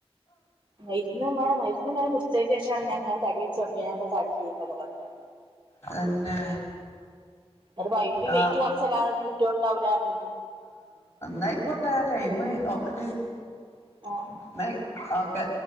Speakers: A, on the right; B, on the left.
A: മരുന്ന്മ്മ മരുന്ന് ഇങ്ങനെ കുടിച്ചതിന്റെ ശേഷമാണ് ഞാൻ അങ്ങനെ തടി വെച്ച് തുടങ്ങി ഞ തടിരുന്നൊക്കെഞ്ഞോ
B: തന്നെ
A: അത് അതിനനോട്
B: ആഹ്
A: വെയിറ്റ് കൊറച്ചല്ലാതെ കുട്ടികളു ണ്ടാവൂലാ യിരുന്നു
B: നൈക്കോട്ടെ ആ ടൈമ് ഓക്ക
A: വാങ്ങാ
B: ന ഓക്കെ